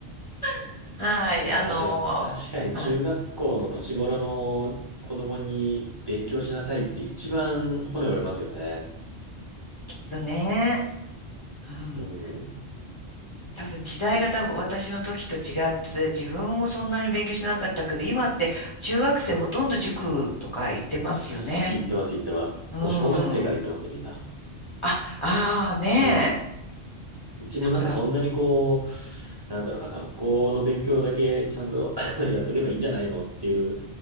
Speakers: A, on the left; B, on the right.
A: <laughs> はい、
B: いやー、
A: あのー、
B: でも確かに中学校の年頃の子供に勉強しなさいって一番骨折れますよね。
A: はい、とね、うん。
B: うん。
A: 多分時代が多分私の時と違って、
B: そう。
A: 自分もそんなに勉強しなかったけど、今って中学生ほとんど塾とか行ってますよね。
B: す言ってます、言ってます。
A: うん。
B: もう小学生から言ってますね、みんな。
A: あ、ああねえ。
B: うん。うちもなんかそんなにこう、
A: だから、
B: なんだろうな、学校の勉強だけちゃんと <laughs> やっとけばいいんじゃないのっていう